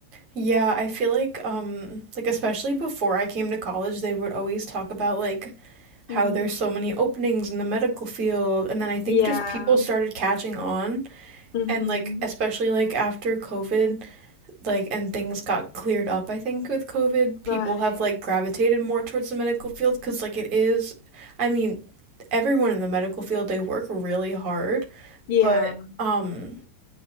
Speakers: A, on the right (about 40°); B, on the left (about 45°).
A: Yeah, I feel like um like especially before I came to college, they would always talk about like
B: Mm.
A: how there's so many openings in the medical field, and then I think
B: Yeah.
A: just people started catching on
B: Mm-hmm.
A: And like especially like after COVID, like and things got cleared up, I think with COVID, people
B: Right.
A: have like gravitated more towards the medical field cuz like it is I mean, everyone in the medical field, they work really hard,
B: Yeah,
A: but um,